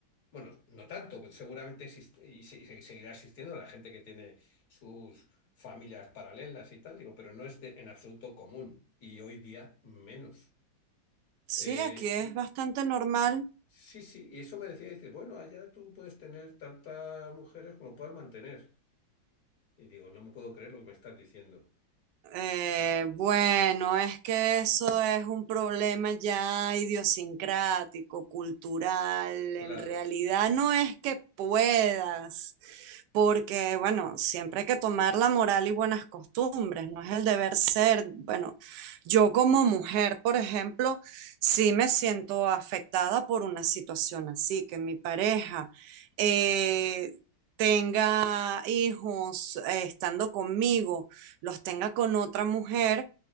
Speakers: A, on the left; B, on the right.
A: bueno, no tanto, pues seguramente existe y, se- y seguirá existiendo la gente que tiene sus familias paralelas y tal, digo, pero no es de- en absoluto común y hoy día menos.
B: Sí,
A: Eh,
B: aquí es bastante normal.
A: Sí, sí, y eso me decía, dice, bueno, allá tú puedes tener tantas mujeres como puedas mantener. Y digo, no me puedo creer lo que me estás diciendo.
B: Eh, bueno, es que eso es un problema ya idiosincrático, cultural. En
A: Claro,
B: realidad no es que puedas, porque bueno, siempre hay que tomar la moral y buenas costumbres, no es el deber ser. Bueno, yo como mujer, por ejemplo, sí me siento afectada por una situación así, que mi pareja... eh, tenga hijos eh, estando conmigo los tenga con otra mujer,